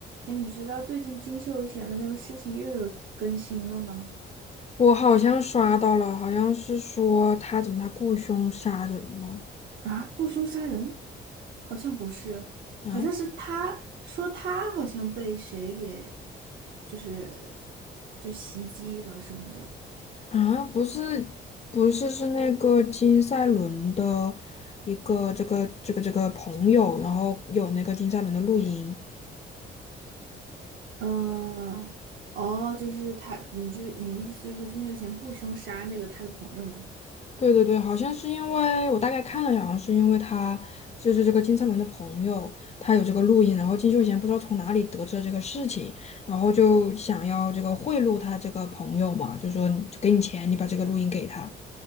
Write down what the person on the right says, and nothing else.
哎，你知道最近金秀贤的那个事情又有更新了吗？
啊，雇凶杀人？好像不是，
好像是他说他好像被谁给，就是就袭击了什么的。
嗯，哦，就是他，你就你的意思是说金秀贤雇凶杀那个他的朋友吗？